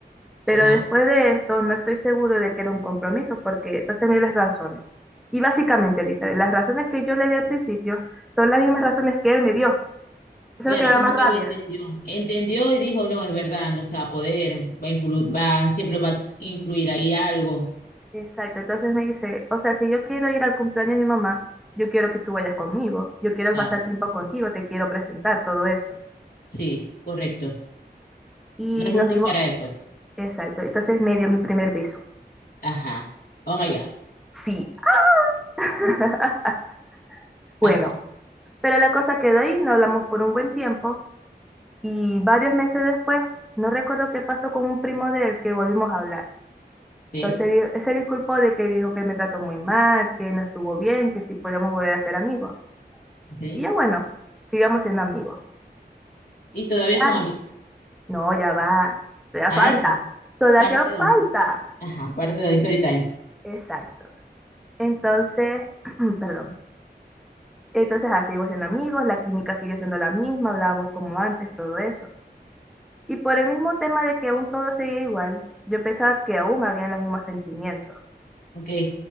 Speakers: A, in the centre; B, on the left.
A: Pero
B: ajá,
A: después de esto, no estoy seguro de que era un compromiso, porque entonces me dio las razones. Y básicamente, Elizabeth, las razones que yo le di al principio son las mismas razones que él me dio. Eso
B: claro,
A: es lo que me
B: como
A: da más
B: que
A: rabia.
B: lo entendió. Entendió y dijo, no, es verdad, no se va a poder, va a influ- va, siempre va a influir ahí algo.
A: Exacto. Entonces me dice, o sea, si yo quiero ir al cumpleaños de mi mamá, yo quiero que tú vayas conmigo, yo quiero
B: Claro,
A: pasar tiempo contigo, te quiero presentar todo eso.
B: sí, correcto.
A: Y
B: No es justo
A: nos dimos,
B: para él, pues.
A: exacto. Entonces me dio mi primer beso.
B: Ajá, oh my God.
A: Sí. <laughs>
B: Ajá,
A: Bueno, pero la cosa quedó ahí, no hablamos por un buen tiempo. Y varios meses después, no recuerdo qué pasó con un primo de él que volvimos a hablar.
B: ok,
A: Entonces di- él se disculpó de que dijo que me trató muy mal, que no estuvo bien, que si podíamos volver a ser amigos.
B: ok.
A: Y yo, bueno, sigamos siendo amigos.
B: Y todavía
A: Ay,
B: son amigos.
A: no, ya va. Todavía
B: Ay,
A: falta. Todavía
B: parte
A: falta.
B: dos. Ajá, parte de Story Time.
A: Exacto. Entonces, <clears throat> perdón. Entonces, así seguimos siendo amigos, la química siguió siendo la misma, hablábamos como antes, todo eso. Y por el mismo tema de que aún todo seguía igual, yo pensaba que aún habían los mismos sentimientos.
B: Ok.